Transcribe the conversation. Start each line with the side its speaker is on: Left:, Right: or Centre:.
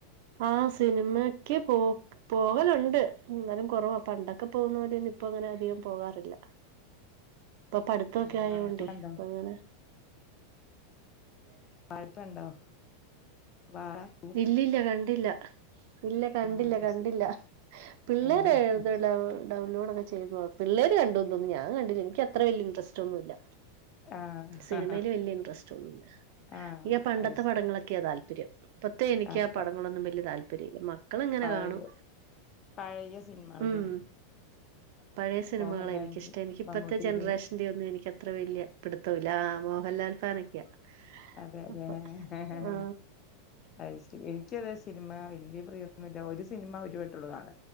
Right: ആ സിനിമക്ക് പോ പോകലുണ്ട് എന്നാലും കുറവാ പണ്ടൊക്കെ പോകുന്ന പോലന്നും ഇപ്പ അങ്ങനെ അധികം പോകാറില്ല ഇപ്പൊ പഠിത്തൊക്കെ
Left: ആഹ്
Right: ആയോണ്ടേ
Left: വാഴക്കുലണ്ടോ
Right: അപ്പ എങ്ങനെ
Left: വഴപ്പുണ്ടോ വാഴ <unintelligible>
Right: ഇല്ലില്ല കണ്ടില്ല ഇല്ല കണ്ടില്ല
Left: ആഹ്
Right: കണ്ടില്ല
Left: ശരി
Right: പിള്ളേരെ
Left: ഏഹ്
Right: എഴുതള്ള <unintelligible> ഡൗൺലോഡ് ഒക്കെ ചെയ്തു. പിള്ളേര് കണ്ടുന്ന് തോന്നുന്നു. ഞാൻ കണ്ടില്ല. എനിക്ക് അത്ര വലിയ ഇന്ററസ്റ്റ്‌ ഒന്നുമില്ല.
Left: ആഹ്
Right: സിനിമയില് വലിയ ഇൻട്രസ്റ്റ് ഒന്നുമില്ല.
Left: ആഹ്
Right: എനിക്കാ പണ്ടത്തെ
Left: അത് ശരി
Right: പടങ്ങളൊക്കെയാ താല്പര്യം. ഇപ്പത്തെ എനിക്ക്
Left: ആഹ്
Right: ആ
Left: പ
Right: പടങ്ങളൊന്നും വലിയ താല്പര്യമില്ല മക <inaudible> മക്കളിങ്ങനെ
Left: പഴയ
Right: കാണും
Left: പഴയ സിനിമകളല്ലേ
Right: ഉം പഴയ സിനിമകളാ
Left: മോഹൻലാലിന്റെയും
Right: എനിക്കിഷ്ടം. എനിക്ക് ഇപ്പഴത്തെ
Left: മമ്മൂട്ടിയുടെയും
Right: ജനറേഷൻ <inaudible> യൊന്നും എനക്കത്ര വലിയ പിടുത്തമൊന്നുമില്ല. മോഹൻലാൽ ഫാനൊക്കെയാ.
Left: അതെ അതെ
Right: അപ്പൊ
Left: ഹ ഹ
Right: ആ
Left: അത് ശരി. എനിക്കും അതേ. സിനിമ വലിയ പ്രിയമൊന്നുമില്ല. ഒരു സിനിമ ഒരു വട്ടമേയുള്ളു കാണ